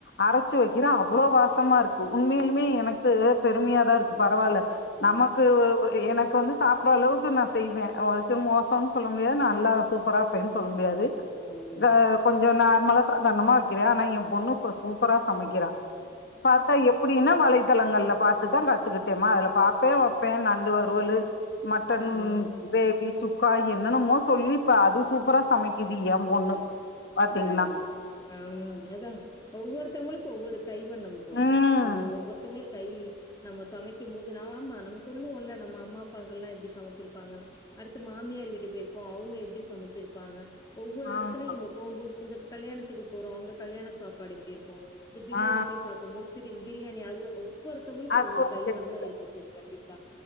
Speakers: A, on the left; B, on the left.
A: அரச்சி வக்கிற அவ்ளோ வாசமா இருக்கு உண்மையிலிமே எனக்கு பெருமையா தா இருக்கு பரவால
B: ம் ம்
A: நமக்கு எனக்கு வந்து சாப் புறளவுக்கு நா செய்வே அதுக்குன் மோசம்ன் சொல்ல முடியாது நா நல்லா சூப்பரா வப்பேன் சொல்ல முடியாது இதா
B: ம்
A: கொஞ்ச நார்மலா சாதரணமா வக்கிற ஆனா எ பொண்ணு இப்ப சூப்பரா சமைக்கிறா பாத்தா எப் அப்டின்னா வலைத்தளங்கள்ல பாத்து தா கத்துக்கிட்டமா அதுல பாப்பே வப்பே நண்டு வருவலு மட்டன்
B: ம்
A: கிரேவி சுக்கா என்னெனமோ சொல்லிப்ப அது சூப்பரா சமைக்கிது எம் பொண்ணு
B: வேற
A: பாத்தீங்கனா
B: பரவால்ல ம் அதா ஒவ்வொருத்தவங்களுக்கு ஒவ்வொரு கை வண்ணம் தோழி
A: ம்
B: அது ஒவ்வொருத்தவங்களு கை நம்ப சமைக்கி. போது ந ஆமா நம்ம சொல்லுவோல்ல நம்ம அம்மா அப்பாங்கல்லா எப்டி சமச்சிருப்பாங்க அடுத்து மாமியார் வீட்டு போய்ருப்போ அவுங்க எப்டி சமச்சிருப்பாங்க ஒ வ்வொரு
A: ஆமா
B: எடத்துலுயு இங்க போம்போது இப்ப இந்தப்ப கல்யாணத்துக்கு போறோ அங்க கல்யாண சாப்பாடு இப்டி இருக்கு இந்த பிரியாணி
A: ஆ
B: போய் சாப்டும்போது பிரி பிரியாணி அது அவ் வ்வொருத்தவங்களுக்கு
A: அது
B: ஒவ்வொரு
A: ஒரு
B: கை
A: செஃப்மா.
B: வண்ண இருக்கு தோழி கண்டிப்பா